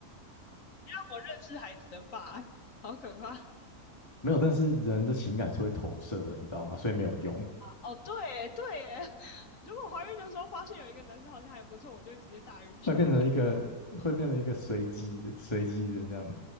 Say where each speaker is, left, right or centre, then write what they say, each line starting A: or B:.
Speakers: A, on the left; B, on the left.
A: 我认识孩子的爸，好可怕。
B: 没有，但是人的情感是会投射的，你知道吗？所以没有用，
A: 哦，对耶对耶，如果怀孕的时候发现有一个男生好像还不错，我就会直接大晕船，
B: 会变成一个会变成一个随机的随机的这样，
A: <laughs>